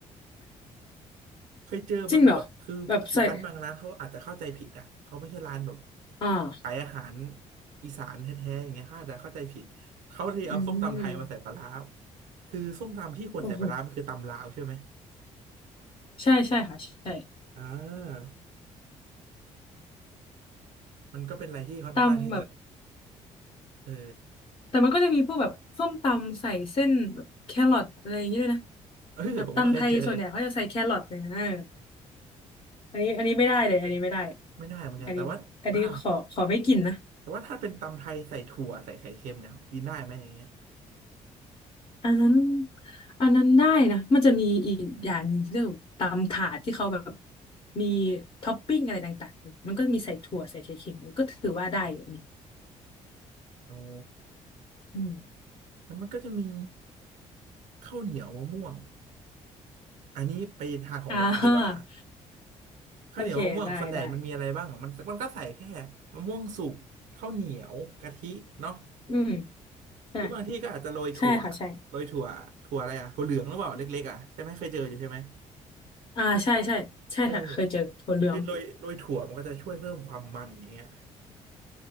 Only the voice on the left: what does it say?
จริงเหรอแบบใส่อ่า
อืม
โอ้โหใช่ใช่ค่ะใช่
ตำแบบ
แต่มันก็จะมีพวกแบบส้มตำใส่เส้นแบบแครอทอะไรอย่างเงี้ยด้วยนะ
แบบตำไทยส่วนใหญ่เขาจะใส่แครอทอย่างเงี้ยเอออันนี้อันนี้ไม่ได้เลยอันนี้ไม่ได้
อันนี้อันนี้ขอขอไม่กินนะ
อันนั้นอันนั้นได้นะมันจะมีอีกอย่างหนึ่งที่เรียกว่าตำถาดที่เขาแบบมีท็อปปิ้งอะไรต่างๆมันก็มีใส่ถั่วใส่ไข่เค็มมันก็ถือว่าได้อยู่อันนี่
อืม
อ่า
โอเคได้ได้อืมใช่
ใช่ค่ะใช่
อ่าใช่ใช่ใช่ค่ะเคยเจอถั่วเหลือง